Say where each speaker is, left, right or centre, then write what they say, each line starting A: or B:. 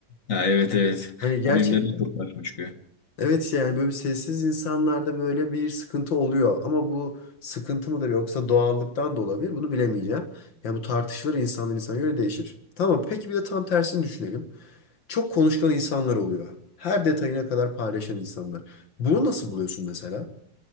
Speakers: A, on the left; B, on the left.
A: Ha, evet evet.
B: Hani gerçekten.
A: O mimleri çok karşıma çıkıyor.
B: Evet işte yani böyle bir sessiz insanlarda böyle bir sıkıntı oluyor. Ama bu sıkıntı mıdır yoksa doğallıktan da olabilir bunu bilemeyeceğim. Yani bu tartışılır insandan insana göre değişir. Tamam peki bir de tam tersini düşünelim. Çok konuşkan insanlar oluyor. Her detayına kadar paylaşan insanlar. Bunu nasıl buluyorsun mesela?